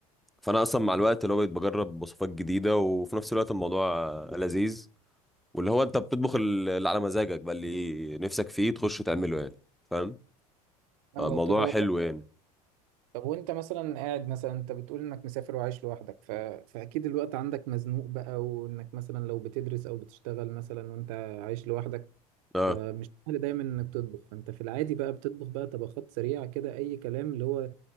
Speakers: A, in the centre; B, on the right.
A: فانا اصلا مع الوقت اللي هو بقيت بجرب وصفات جديده وفي نفس الوقت الموضوع آه، لذيذ واللي هو انت بتطبخ ال- اللي على مزاجك بقى اللي نفسك فيه تخش تعمله يعني فاهم
B: اه
A: آه، الموضوع
B: طب هو
A: حلو يعني
B: طب وانت مثلا قاعد مثلا انت بتقول انك مسافر وعايش لوحدك ف... فاكيد الوقت عندك مزنوق بقى وانك مثلا لو بتدرس او بتشتغل مثلا وانت عايش لوحدك
A: اه
B: فمش سهل دايما انك تطبخ فانت في العادي بقى بتطبخ بقى طبخات سريعة كده اي كلام اللي هو